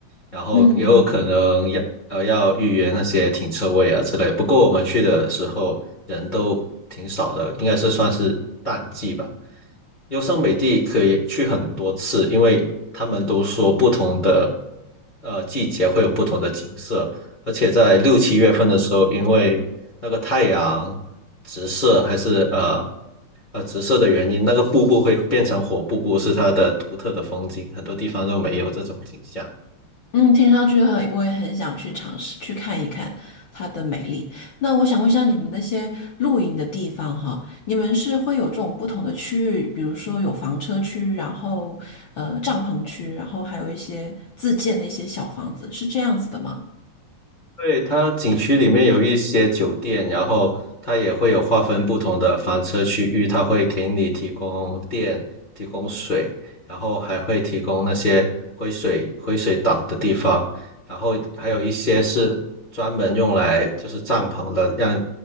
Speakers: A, on the left; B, on the left.
A: 然后也有可能要呃要预约那些停车位啊之类。
B: 嗯嗯。
A: 不过我们去的时候人都挺少的，应该是算是淡季吧。优胜美地可以去很多次，因为他们都说不同的呃季节会有不同的景色，而且在六七月份的时候，因为那个太阳直射还是呃呃直射的原因，那个瀑布会变成火瀑布，是它的独特的风景，很多地方都没有这种景象。
B: 嗯，听上去很，我也很想去尝试去看一看它的美丽。那我想问一下，你们那些露营的地方哈，你们是会有这种不同的区域，比如说有房车区，然后呃帐篷区，然后还有一些自建的一些小房子，是这样子的吗？
A: 对，它景区里面有一些酒店，然后它也会有划分不同的房车区域，它会给你提供电、提供水，然后还会提供那些回水回水岛的地方，然后还有一些是专门用来就是帐篷的，让